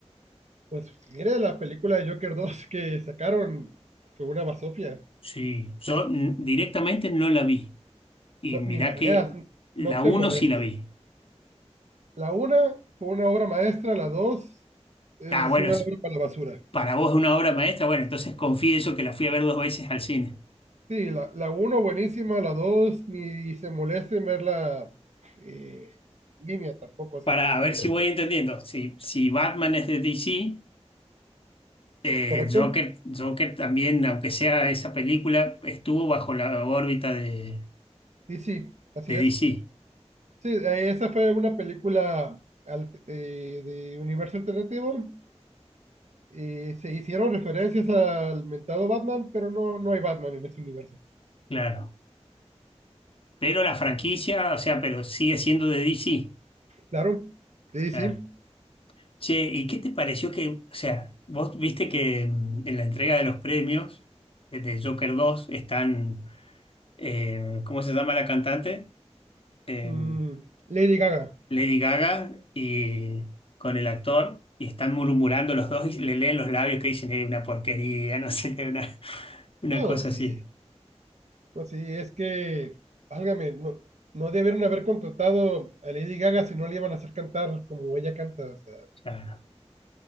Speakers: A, on the right (about 80°); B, on the left (about 55°).
A: Pues mire la película de Joker 2 que sacaron, fue una basofia.
B: Sí, yo n- directamente no la vi. Y
A: No,
B: mirá
A: ni la
B: que
A: veas,
B: la
A: no te
B: uno
A: molestes.
B: sí la vi.
A: La una fue una obra maestra, la dos es
B: Ah, bueno,
A: una
B: es-
A: obra para la basura.
B: para vos es una obra maestra, bueno, entonces confieso que la fui a ver dos veces al cine.
A: Sí, la, la uno buenísima, la dos ni se moleste en verla eh, en línea tampoco, o sea,
B: Para
A: ni-
B: a
A: ni
B: ver si
A: caché.
B: voy entendiendo. Si, si Batman es de DC. Eh,
A: ¿correcto?
B: Joker, Joker también, aunque sea esa película, estuvo bajo la órbita de,
A: Y sí, así
B: de
A: es.
B: DC,
A: Sí, eh, esa fue una película al- eh, de universo alternativo Eh, se hicieron referencias al mentado Batman, pero no, no hay Batman en este universo.
B: claro. Pero la franquicia, o sea, pero sigue siendo de DC,
A: Claro, sí,
B: claro.
A: sí.
B: Che, ¿y qué te pareció que, o sea, vos viste que mm, en la entrega de los premios eh, de Joker 2 están, eh, ¿cómo se llama la cantante? Eh,
A: Mm, Lady Gaga.
B: Lady Gaga y con el actor. Y están murmurando los dos y le leen los labios que dicen, es una porquería, no sé qué, una... Una
A: No,
B: cosa
A: sí.
B: así,
A: No, sí, es que, válgame, no, no debieron haber contratado a Lady Gaga si no le iban a hacer cantar como ella canta. O sea,
B: claro.